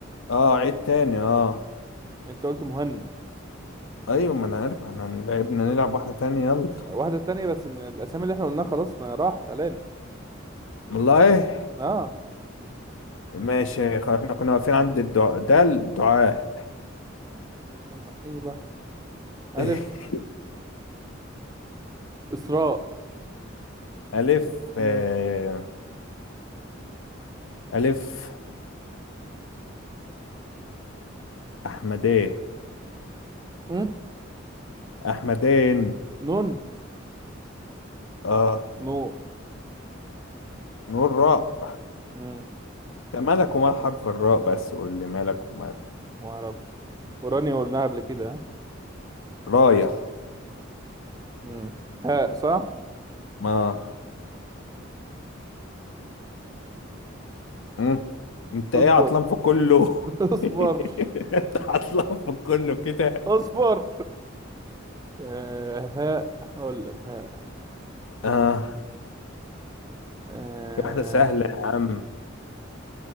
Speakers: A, on the left; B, on the right.
A: اه عيد تاني اه
B: أنت قلت مهند
A: أيوة ما أنا عارف احنا لعبنا نلعب واحدة تانية يلا
B: واحدة تانية بس من الأسامي اللي إحنا قلناها خلاص ما راحت علينا
A: والله
B: آه
A: ماشي خلاص احنا كنا واقفين عند الدعاء ده الدعاء
B: نبدأ بقى إيه بقى ألف
A: <laughs>
B: إسراء
A: ألف
B: مم.
A: آه. ألف أحمدين
B: مم.
A: أحمدين
B: نون
A: اه
B: نور
A: نقول راء
B: مم.
A: ده مالك ومال حرف الراء بس قول لي مالك ومال
B: ما أعرفش ورانيا قلناها قبل كده ها؟
A: راية
B: مم. هاء صح
A: ما مم. انت
B: اصبر
A: ايه عطلان في كله
B: <laughs> اصبر
A: <laughs> انت عطلان في كله كده
B: اصبر آه هاء هقول لك هاء
A: اه
B: آه
A: في واحدة سهلة يا عم